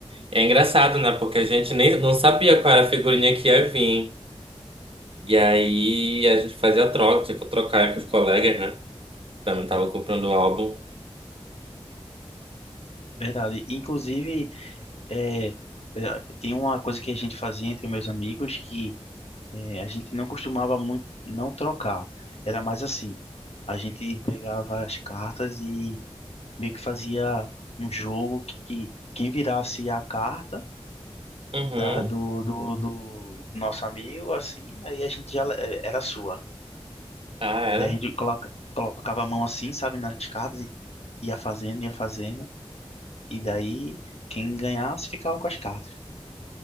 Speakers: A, on the right (about 60°); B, on the left (about 80°).
A: É engraçado, né? Porque a gente nem não sabia qual era a figurinha que ia vir. E aí a gente fazia troca, tinha que trocar com os colegas, né? Também tava comprando o álbum.
B: Verdade. Inclusive, é, é, tem uma coisa que a gente fazia entre meus amigos que é, a gente não costumava muito não trocar. Era mais assim. A gente pegava as cartas e meio que fazia um jogo que quem virasse a carta
A: Uhum.
B: da, do, do, do nosso amigo, assim, aí a gente já le- era sua.
A: Ah, era?
B: Daí a gente coloca, colocava a mão assim, sabe, nas cartas e ia fazendo, ia fazendo. E daí quem ganhasse ficava com as cartas.